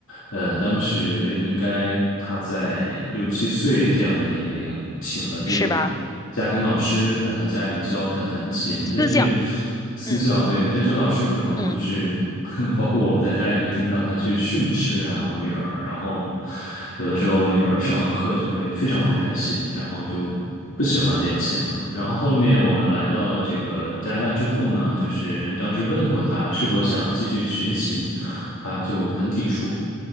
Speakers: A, on the left (about 65°); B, on the left (about 15°).
A: 呃，当时应该她在六七岁这样的年龄，请了这种
B: 是吧？
A: 家庭老师来到家里教她弹琴，
B: 私教，
A: 但是私教对，
B: 嗯
A: 但是老师可能就是。
B: 嗯
A: <laughs> 包括我们在家也会听到她去训斥啊，我女儿，然后有的时候我女儿上完课就会非常不开心，然后就不喜欢练琴了。然后后面我们来到了这个加拿大之后呢，就是当时问过他是否想继续学琴，他就很抵触。